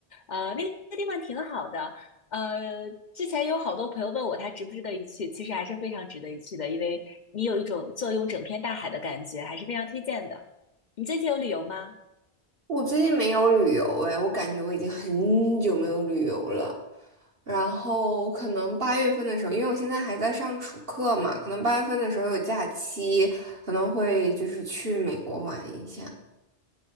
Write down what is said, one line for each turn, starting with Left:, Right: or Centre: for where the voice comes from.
Left: 呃，那个地方挺好的。呃，之前有好多朋友问我它值不值得一去，其实还是非常值得一去的，因为你有一种坐拥整片大海的感觉，还是非常推荐的。你最近有旅游吗？
Right: 我最近没有旅游哎，我感觉我已经很久没有旅游了。然后可能八月份的时候，因为我现在还在上暑课嘛，可能八月份的时候有假期，可能会就是去美国玩一下。